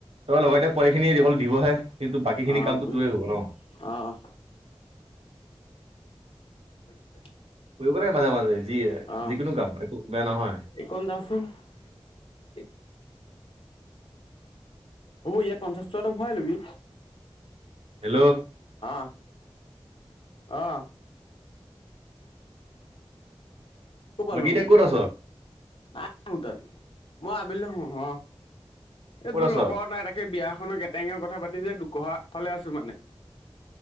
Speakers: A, on the right; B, on the left.
A: ত লগতে পঢাইখিনি অকল দিবহে কিন্তু বাকীখিনি
B: অ
A: কামটো
B: বুজিছো
A: তোৰেই হব ন।
B: অ', হয়
A: কৰিব লাগে মাজে-মাজে যি
B: অ',
A: যিকোনো কাম একো বেয়া নহয়। উ <inaudible>
B: এইকণ যাচোন <inaudible> হ'ব ইয়াত পঞ্চাশ টকা ভৰাই লবি।
A: হেল্ল'।
B: অঁ অঁ। ক'ৰ পৰা
A: বাকী
B: ল'ম
A: এতিয়া ক'ত আছ?
B: নাই মোৰ তাল মই আবেলিলে হ অ, এই
A: ক'ত
B: তোৰ
A: আছ
B: লগৰ ত এ তাকে বিয়া খনৰ এটেঙৰ কথা পাতি যে দুকহা ফালে আছো মানে।